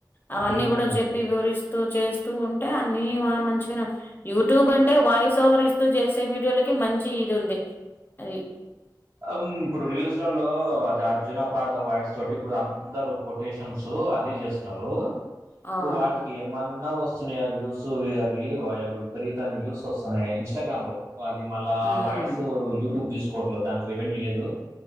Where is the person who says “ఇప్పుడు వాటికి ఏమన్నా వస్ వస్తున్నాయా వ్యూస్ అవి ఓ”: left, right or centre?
Right